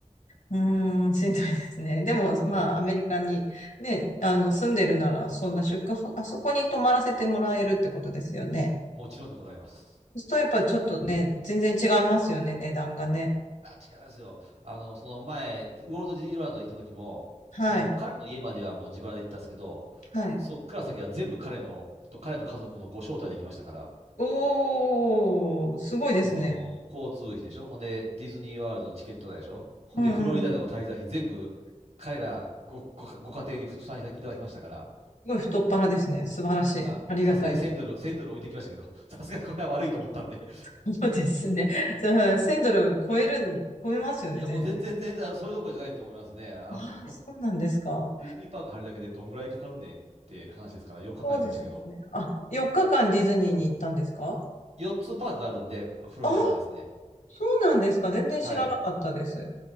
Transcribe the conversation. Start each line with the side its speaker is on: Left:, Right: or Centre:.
Left: うーん、しんどいですね。でも、まあ、
Right: も
Left: アメリカにね、あの、住んでるなら、そんな宿泊、あそこに泊まらせてもらえるってことですよね。
Right: もちろんでございます。
Left: そうするとやっぱちょっとね、全然違いますよね、値段がね。
Right: あ、違いますよ。あの、その前、ウォルト・ディズニーワールド行った時も、
Left: はい。
Right: その彼の家まではもう自腹で行ったんですけど、
Left: はい。
Right: そっから先は全部彼の、と彼の家族のご招待で行きましたから、
Left: おー、すごいですね。
Right: その交通費でしょ、ほんでディズニーワールドのチケット代でしょ、ほんでフロリダでの滞在費全部彼らご、
Left: うんうん。
Right: ご、ご家庭に負担いただきましたから、
Left: すごい太っ腹ですね。素晴らしい。
Right: まあ、
Left: ありがたい。
Right: さすがに1000ドル、1ドル置いてきましたけど、さすがにこれは悪いと思ったんで、
Left: そうですね。じゃあ、1000ドル超えるん、超えますよね、
Right: いや、
Left: 全然。
Right: もう全然全然、それどころじゃないと思いますね。あの、
Left: ああ、そうなんですか。
Right: ディズニーパーク入るだけでどんぐらいかかるねって話ですから、4日間行きましたけど、
Left: そうですよね。あ、4日間ディズニーに行ったんですか
Right: 4つパークがあるんで、フロリダはですね、
Left: ああそうなんですか。全然知らなかったです。
Right: はい、